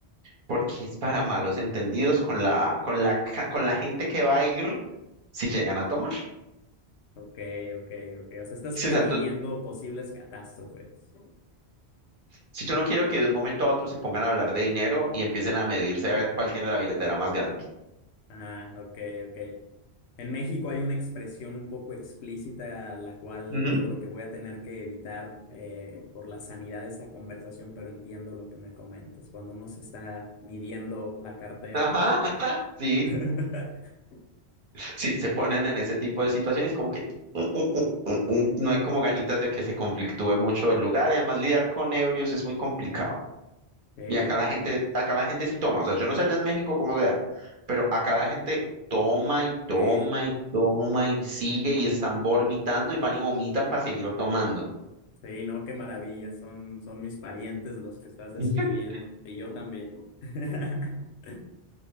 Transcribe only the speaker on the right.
porque es para malos entendidos con la, con la, ca- con la gente que va a ir si llegan a tomar.
Si,
o sea, tú-
si yo no quiero que de un momento a otro se pongan a hablar de dinero y empiecen a medirse a ver cuál tiene la billetera más grande.
Ujú.
Ajá, <laughs>
sí, sí, se ponen en ese tipo de situaciones y como que mm, mm, mm, mm, mm, no hay como ganitas de que se conflictúe mucho el lugar y además lidiar con ebrios es muy complicado.
Y acá
la gente,
acá la gente sí toma, o sea, yo no sé allá en México cómo sea, pero acá la gente toma y toma
y toma y sigue y están vomitando y van y vomitan para seguir tomando.
<laughs>